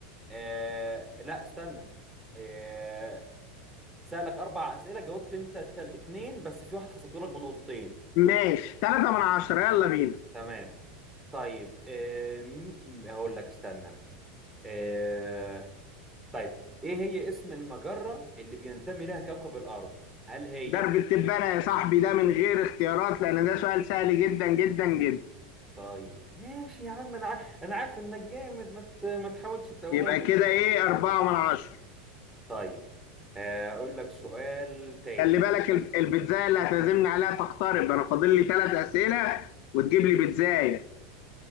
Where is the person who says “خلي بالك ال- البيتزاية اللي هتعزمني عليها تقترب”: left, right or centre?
Left